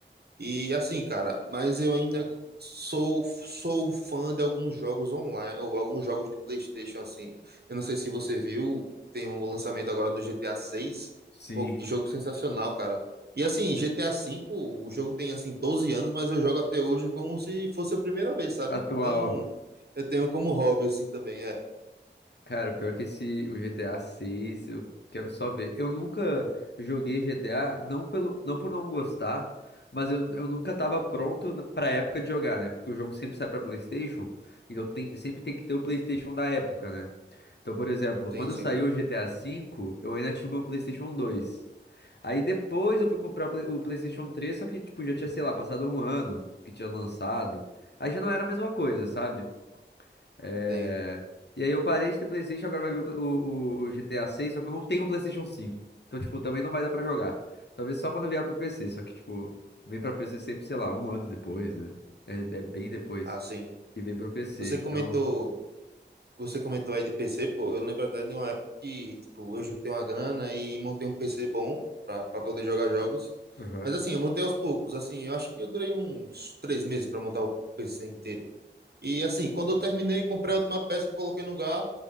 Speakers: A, on the right; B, on the left.
A: e assim, cara, mas eu ainda sou sou fã de alguns jogos online, ou alguns jogos de PlayStation assim. Eu não sei se você viu, tem o lançamento agora do GTA 6.
B: Sim,
A: Pô, que jogo sensacional, cara. E assim, GTA 5, o jogo tem assim 12 anos, mas eu jogo até hoje como se fosse a primeira vez, sabe?
B: atual.
A: Então, eu tenho como hobby assim também, é.
B: Cara, o pior é que esse, o GTA 6, eu quero só ver. Eu nunca joguei GTA, não pelo, não por não gostar, mas eu, eu nunca tava pronto na- pra época de jogar, né? Porque o jogo sempre sai pra PlayStation, então tem, sempre tem que ter o PlayStation da época, né? Então, por exemplo,
A: Sim,
B: quando
A: sim,
B: saiu o GTA V, eu ainda tinha o meu PlayStation 2. Aí depois eu fui comprar o Play- o PlayStation 3, só que, tipo, já tinha, sei lá, passado um ano que tinha lançado. Aí já não era a mesma coisa, sabe? É,
A: tem.
B: E aí eu parei de ter PlayStation, agora vai vir o, Pla- o- o- o GTA 6, só que eu não tenho o PlayStation 5. Então, tipo, também não vai dar pra jogar. Talvez só quando vier pro PC, só que, tipo, vem pra PC sempre, sei lá, um ano depois, né? É, é bem depois
A: Ah, sim.
B: que vem pro PC,
A: Você
B: então...
A: comentou Você comentou aí de PC, pô, eu lembro até de uma época que, tipo, eu juntei uma grana e montei um PC bom pra, pra poder jogar jogos.
B: aham.
A: Mas assim, eu montei aos poucos, assim, eu acho que eu durei uns três meses pra montar o PC inteiro. E assim, quando eu terminei, comprei a última peça, coloquei no lugar,